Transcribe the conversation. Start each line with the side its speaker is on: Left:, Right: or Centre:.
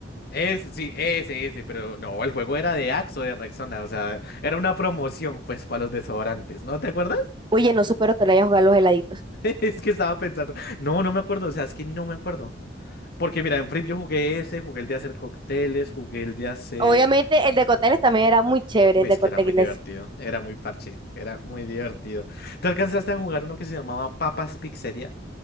Left: Es, sí, ese, ese, pero no, el juego era de Axe o de Rexona, o sea, era una promoción, pues, para los desodorantes, ¿no? ¿Te acuerdas? <laughs>
Right: Oye, no supero que lo haya jugado los heladitos.
Left: Es que estaba pensando, no, no me acuerdo, o sea, es que no me acuerdo. Porque mira, en Flip yo jugué ese, jugué el de hacer cócteles, jugué el de hacer...
Right: Obviamente el de cócteles también era muy chévere,
Left: Uy,
Right: el de
Left: es
Right: cócteles.
Left: que era muy divertido, era muy parche, era muy divertido. ¿Te alcanzaste a jugar uno que se llamaba Papas Pizzería?